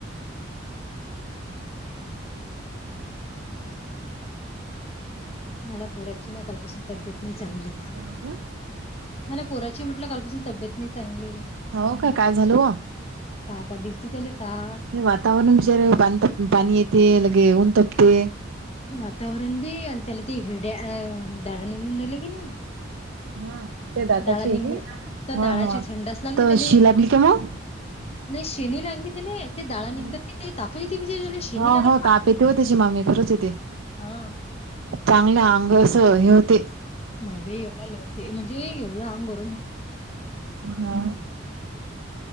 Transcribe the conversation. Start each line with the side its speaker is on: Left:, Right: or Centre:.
Left: मला पोराची म कालपासून तब्येत नाही चांगली.
Right: ह का
Left: मला पोराची म्हटलं कालपासून तब्येत नाही चांगली.
Right: हो काय काय झालं वा?
Left: सहा पा दिवसती त्याले तहा
Right: वातावरण बिचारे पा पाणी येते लगे ऊन तपते.
Left: वातावरण बी आणि त्याला ते हिड्या दळा निघून नले की नाही
Right: हा ते दाताची
Left: डाळा निघून
Right: आहे की
Left: तर
Right: हा
Left: डाळाची
Right: हा
Left: थंडास लागली
Right: तर
Left: त्याले
Right: शि लागली का मग
Left: नाही शिनी लागली त ना ते दाडा
Right: हा.
Left: निघतात की नाही तपण ज ते विचार झाला सिनी
Right: हो
Left: लागात
Right: हो
Left: त.
Right: ताप येते हो त्याची मामी खरंच येते
Left: हा
Right: चांगलं अंग अस हे होते.
Left: मायबा एवढं लढते म्हणजे एवढं अंगो.
Right: हा